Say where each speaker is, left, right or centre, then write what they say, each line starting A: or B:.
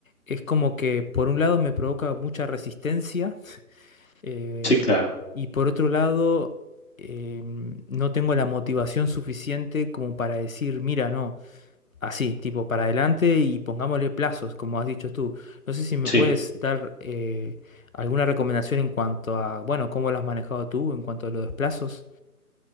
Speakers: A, on the left; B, on the left.
A: es como que por un lado me provoca mucha resistencia eh,
B: sí, claro,
A: y por otro lado eh, no tengo la motivación suficiente como para decir, mira, no, así, tipo, para adelante y pongámosle plazos, como has dicho tú. No sé si me
B: sí.
A: puedes dar eh, alguna recomendación en cuanto a, bueno, cómo lo has manejado tú en cuanto a los plazos.